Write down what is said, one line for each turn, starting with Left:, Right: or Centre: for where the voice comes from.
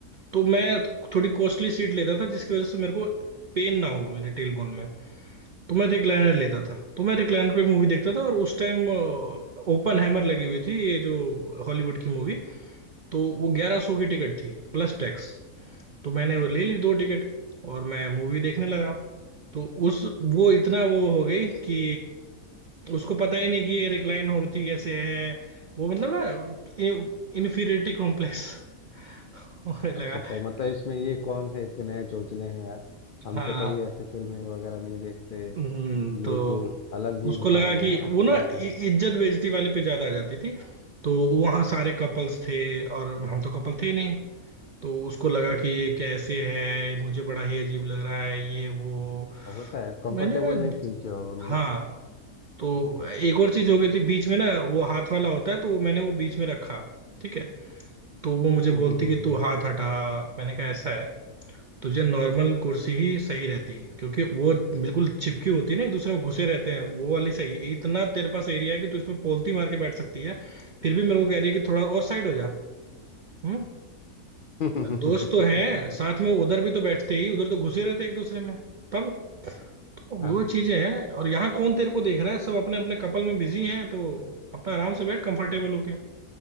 Right: तो मैं थोड़ी कॉस्टली सीट लेता था जिसकी वजह से मेरे को पेन ना हो मेरे टेलबोन में तो मैं रिक्लाइनर लेता था तो मैं रिक्लाइनर पे मूवी देखता था और उस टाइम ओपन हैमर लगी हुई थी ये जो हॉलीवुड की मूवी तो वो ग्यारह सौ की टिकट थी प्लस टैक्स तो मैंने वो ले ली दो टिकट और मैं मूवी देखने लगा तो उस वो इतना वो हो गई कि उसको पता ही नहीं कि ये रिक्लाइन होती कैसे है वो मतलब ना इन्फीरियरिटी कॉम्प्लेक्स <laughs> होने
Left: अच्छा
Right: लगा
Left: अच्छा मतलब इसमें ये कौन से इसके नए चोचले हैं यार हम
Right: हाँ
Left: तो कभी ऐसी फिल्में वगैरह नहीं देखते
Right: हम्म
Left: ये
Right: तो
Left: कोई अलग ही
Right: उसको
Left: इंसान
Right: लगा कि
Left: है है
Right: वो
Left: ना
Right: ना इ-
Left: ऐसा कुछ
Right: इज्जत बेइज्जती वाले पे ज्यादा आ जाती थी तो वहां सारे कपल्स थे और हम तो कपल थे ही नहीं तो उसको लगा कि ये कैसे है मुझे बड़ा ही अजीब लग रहा है ये वो
Left: होता है कंफर्टेबल
Right: मैंने कहा
Left: नहीं फील किया होगा उन्होंने
Right: हाँ तो एक और चीज हो गई थी बीच में ना वो हाथ वाला होता है तो वो मैंने वो बीच में रखा ठीक है तो वो मुझे
Left: <laughs> हम्म
Right: बोलती
Left: हम्म,
Right: कि
Left: हम्म,
Right: तू हाथ हटा मैंने कहा ऐसा है तुझे नॉर्मल कुर्सी ही सही रहती है क्योंकि वो बिल्कुल चिपकी होती है ना एक दूसरे में घुसे रहते हैं वो वाली सही है इतना तेरे पास एरिया है कि तू इसमें पोलती मार के बैठ सकती है फिर भी मेरे को कह रही है कि थोड़ा और साइड हो जा हम्म
Left: हम्म।
Right: दोस्त तो हैं साथ में उधर भी तो बैठते ही उधर तो घुसे रहते हैं एक दूसरे में तब तो
Left: <laughs> हाँ
Right: वो चीजें हैं और यहाँ कौन तेरे को देख रहा है सब अपने अपने कपल में बिजी हैं तो अपना आराम से बैठ कंफर्टेबल होके